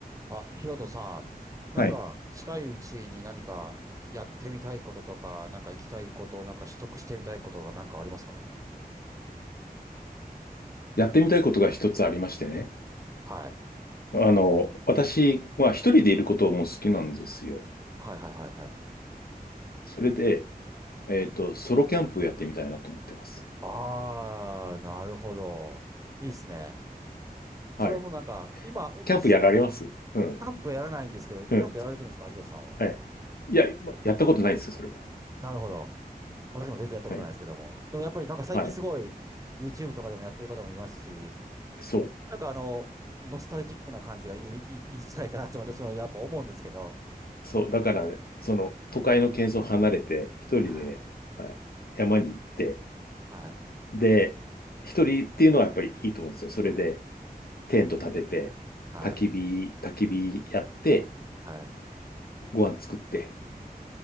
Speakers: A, on the right; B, on the left.
A: あ、ヒロトさん、なんか近いうちに何かやってみたいこととか、
B: はい。
A: なんか行きたいこと、なんか取得してみたいことがなんかありますか
B: やってみたいことが一つありましてね。
A: はい。
B: あの、私は一人でいることも好きなんですよ。
A: はいはいはいはい。
B: それで、えっと、ソロキャンプをやってみたいなと思ってます。
A: あー、なるほど。いいっすね。
B: はい。
A: それはもうなんか、今、
B: キャンプやられますうん。
A: しキャンプやらないんですけど、キャンプやられてるんですかヒロトさんは。
B: うん。はい。いや、まやったことないんですよ、それが。
A: なるほど。私も全然やったことないですけども。
B: はい。
A: でもやっぱりなんか最近すごい
B: はい。
A: YouTube とかでもやってる方もいますし、
B: そう。
A: なんかあの、ノスタルジックな感じがいい、いい、いいんじゃないかなって私もやっぱ思うんですけど、
B: そう。だからね、その、都会の喧騒を離れて、一人で、
A: はい
B: はい、山に行って、
A: はい。
B: で、一人っていうのはやっぱりいいと思うんですよ。それで、テント立てて、
A: うん。はい。
B: 焚き火、焚き火やって、
A: はい。
B: ご飯作って、